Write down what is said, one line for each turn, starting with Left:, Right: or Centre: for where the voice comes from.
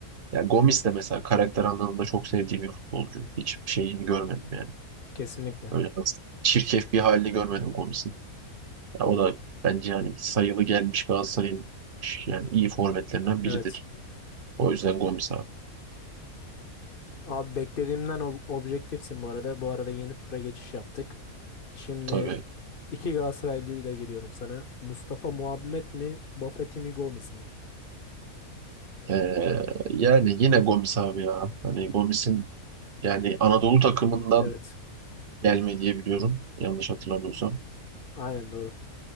Right: ya Gomis de mesela karakter anlamında çok sevdiğim bir futbolcu. hiç şeyini görmedim yani.
Left: kesinlikle.
Right: Öyle nasıl çirkef bir halini görmedim Gomis'in. Ya o da bence yani sayılı gelmiş Galatasaray'ın yani iyi forvetlerinden
Left: Evet.
Right: biridir. O yüzden Gomis abi.
Left: Abi beklediğimden ob- objektifsin bu arada. Bu arada yeni tura geçiş yaptık. Şimdi
Right: Tabii.
Left: iki Galatasaraylı ile geliyorum sana. Mustafa Muhammed mi? Bafety mi? Gomis mi?
Right: Ee, yani yine Gomis abi ya. Hani Gomis'in yani Anadolu takımından
Left: Evet.
Right: gelme diye biliyorum. Yanlış hatırlamıyorsam.
Left: Aynen doğru.